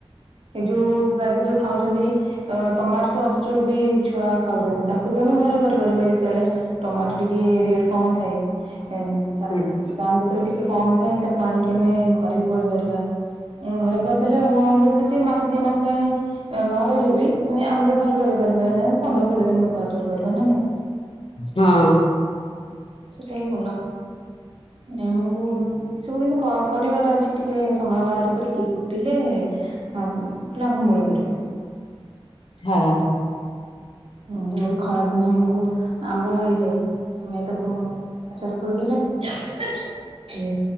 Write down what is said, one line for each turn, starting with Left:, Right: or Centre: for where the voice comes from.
Right: ଏ ଯୋଉ ପ୍ରାୟତଃ ଯୋଉ ଖାଉଚନ୍ତି ଅ ଟମାଟୋ ସସ୍ ଯୋଉ ବି ଛୁଆ ଖାଉଚନ୍ତି ତାକୁ ବି ଆମେ ଘରେ କରିପାରିବା ଯେତେବେଳେ। ଟମାଟୋ ଟିକେ ରେଟ୍ କମ୍ ଥାଏ ଏଁ
Left: ହୁଁ
Right: ତା ଦି ରେ ଟିକେ କମ ଥାଏ ତାକୁ ଆଣିକି ଆମେ ଘରେ ବି କରିପାରିବା ଏଁ ଘରେ କରିଦେଲେ ହୁଆଙ୍ଗୁ ତ ସେ ମାସେ ଦି ମାସ ପାଇଁ ନ ରହିଲେ ବି ଆମେ ବେବହାର କରି ପାରିବା <unintelligible> ପନ୍ଦର କୋଡିଏ ଦିନ ବ୍ୟବହାର କରିପାରିବା ନା ନାଇଁ?
Left: ହଁ।
Right: ଅନ ସେଟା ବି ଭଲ ନେ ଆମକୁ ଏ ସବୁ କିନ୍ତୁ କ କରିବାର ଅଛି ଟିକେ ସମୟ ବାହାରି କରିକି କରିଲେ ହଁ ସେ ଲାଭ ମିଳିପାରିବ।
Left: ହଁ।
Right: ହୁଁ ଯେମିତି ଖରାଦିନେ ଆମକୁ ଆମ୍ବ ମିଳି ଯେ ଆମେ ତାକୁ ଆଚାର କରିଦେଲେ